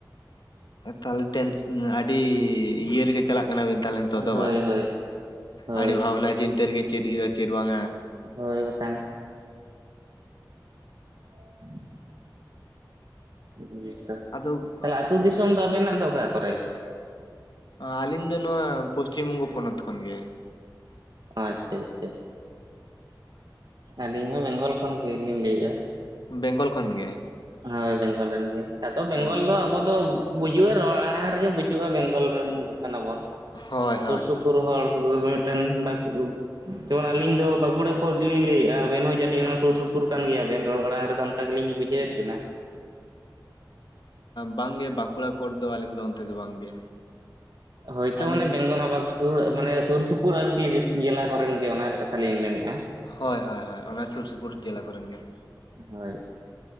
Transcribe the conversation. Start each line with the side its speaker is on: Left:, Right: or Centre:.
Left: ᱛᱟᱦᱚᱞᱮ ᱴᱮᱱ ᱟᱹᱰᱤ ᱤᱭᱟᱹ ᱨᱮᱜᱮ ᱪᱟᱞᱟᱜ ᱠᱟᱱᱟᱵᱤᱱ ᱛᱟᱦᱚᱞᱮ ᱱᱤᱛᱚᱜᱫᱚ
Right: ᱦᱳᱭ
Left: ᱵᱟᱝ
Right: ᱦᱳᱭ ᱦᱳᱭ
Left: ᱟᱹᱰᱤ ᱵᱷᱟᱵᱽᱱᱟ ᱪᱤᱱᱛᱟᱹ ᱨᱮᱜᱮ ᱪᱮᱫ ᱦᱩᱭᱩᱜᱼᱟ ᱪᱮᱫ ᱵᱟᱝᱟ
Right: ᱦᱳᱭ ᱵᱟᱠᱷᱟᱱ <inaudible> <unintelligible>
Left: ᱟᱫᱚ
Right: ᱛᱟᱦᱞᱮ ᱟᱹᱛᱩ ᱫᱤᱥᱚᱢ ᱫᱚ ᱟᱵᱮᱱᱟᱜ ᱫᱚ ᱚᱠᱟ ᱠᱚᱨᱮ
Left: ᱟᱹᱞᱤᱧ ᱫᱚ ᱱᱚᱣᱟ ᱯᱚᱥᱪᱤᱢ ᱵᱚᱝᱜᱚ ᱯᱚᱱᱚᱛ ᱠᱷᱚᱱ ᱜᱮ
Right: ᱟᱪᱪᱷᱟ ᱟᱪᱪᱷᱟ ᱟᱹᱞᱤᱧ ᱦᱚᱸ ᱵᱮᱝᱜᱚᱞ ᱠᱷᱚᱱ ᱜᱮᱞᱤᱧ ᱞᱟᱹᱭᱮᱫᱼᱟ
Left: ᱵᱮᱝᱜᱚᱞ ᱠᱷᱚᱱ ᱜᱮ
Right: ᱦᱳᱭ ᱵᱮᱝᱜᱚᱞ ᱨᱮᱱ ᱜᱮ ᱟᱫᱚ ᱵᱮᱝᱜᱚᱞ
Left: ᱚ
Right: ᱫᱚ ᱟᱵᱚ ᱫᱚ ᱵᱩᱡᱩᱜᱼᱟ ᱨᱚᱲ ᱟᱲᱟᱝ ᱨᱮᱜᱮ ᱵᱩᱡᱩᱜᱼᱟ ᱵᱮᱝᱜᱚᱞ ᱨᱮᱱ ᱠᱟᱱᱟ ᱵᱚᱱ
Left: ᱦᱳᱭ ᱦᱳᱭ
Right: ᱥᱩᱨ ᱥᱩᱯᱩᱨ
Left: ᱦᱳᱭ
Right: ᱦᱚᱲ <unintelligible> ᱢᱤᱫᱴᱮᱱ ᱵᱟᱠᱩᱵᱼᱼ ᱡᱮᱢᱚᱱ ᱟᱞᱤᱧ ᱫᱚ ᱵᱟᱸᱠᱩᱲᱟ ᱠᱚᱫᱽ ‌ᱞᱤᱧ ᱞᱟᱹᱭᱮᱜ-ᱟ ᱟᱵᱮᱱ ᱦᱚᱸ ᱡᱟᱹᱱᱤᱡ ᱚᱱᱟ ᱥᱩᱨ ᱥᱩᱯᱩᱨ ᱠᱟᱱ ᱜᱮᱭᱟ ᱵᱮᱱ ᱨᱚᱲ ᱟᱬᱟᱝ ᱨᱮᱫᱚᱼᱼ ᱠᱟ‌ ᱜᱤᱞᱤᱧ ᱵᱩᱡᱷᱟᱹᱣᱮᱫ ᱵᱤᱱᱟ᱾
Left: ᱵᱟᱝᱜᱮ ᱵᱟᱸᱠᱩᱲᱟ ᱠᱳᱰ ᱫᱚ ᱟᱹᱞᱤᱧ ᱫᱚ ᱚᱱᱛᱮ ᱫᱚ ᱵᱟᱝᱜᱮ
Right: ᱦᱚᱭᱛᱳ
Left: ᱟᱹᱞᱤᱧ
Right: ᱢᱟᱱᱮ ᱵᱮᱝᱜ ᱱᱚᱵᱟᱜ ᱢᱟᱱᱮ ᱥᱩᱨ ᱥᱩᱯᱩᱨ ᱟᱨᱠᱤ ᱡᱮᱞᱟ ᱠᱚᱨᱮᱱ ᱜᱮ ᱚᱱᱟ ᱠᱟᱛᱷᱟ ᱞᱤᱧ ᱢᱮᱱᱮᱫᱼᱟ
Left: ᱦᱳᱭ ᱦᱳᱭ ᱦᱳᱭ ᱚᱱᱟ ᱥᱩᱨ ᱥᱩᱯᱩᱨ ᱡᱮᱞᱟ ᱠᱚᱨᱮᱱ ᱜᱮ
Right: ᱦᱳᱭ